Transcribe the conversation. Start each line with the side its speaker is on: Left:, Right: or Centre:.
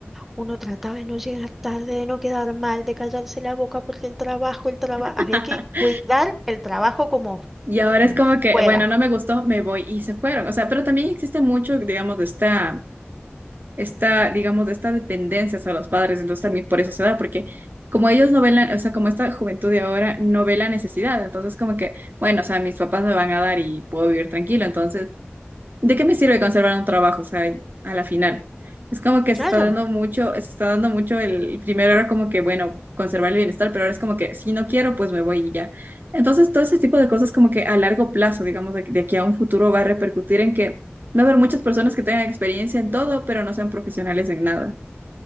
Centre: uno trataba de no llegar tarde, de no quedar mal, de callarse la boca porque el trabajo, el trabajo,
Right: <laughs>
Centre: había que cuidar el trabajo como,
Right: Y ahora
Centre: como
Right: es como que,
Centre: fuera.
Right: bueno, no me gustó, me voy y se fueron. O sea, pero también existe mucho, digamos, de esta, esta, digamos, de esta dependencia hacia los padres. Entonces también por eso se da, porque como ellos no ven la- o sea, como esta juventud de ahora no ve la necesidad. Entonces como que, bueno, o sea, mis papás me van a dar y puedo vivir tranquilo. Entonces ¿de qué me sirve conservar un trabajo? O sea, y a la final. Es como que
Centre: Claro,
Right: se está dando mucho, se está dando mucho el primero era como que, bueno, conservar el bienestar, pero ahora es como que si no quiero, pues me voy y ya. Entonces, todo ese tipo de cosas como que a largo plazo, digamos, de, de aquí a un futuro va a repercutir en que va a haber muchas personas que tengan experiencia en todo, pero no sean profesionales en nada.